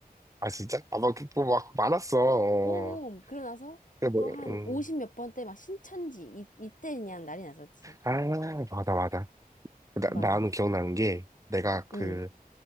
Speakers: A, on the right; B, on the left.
A: 아, 진짜? 아, 막, 뭐, 막 많았어. 어.
B: 오, 그러고 나서
A: 근데 뭐,
B: 또 한
A: 음.
B: 50 몇 번 때 막 신천지. 이, 이때 그냥 난리 났었지.
A: 아, 맞아, 맞아. 그 나,
B: 맞아.
A: 나는 기억나는 게 내가 그
B: 응.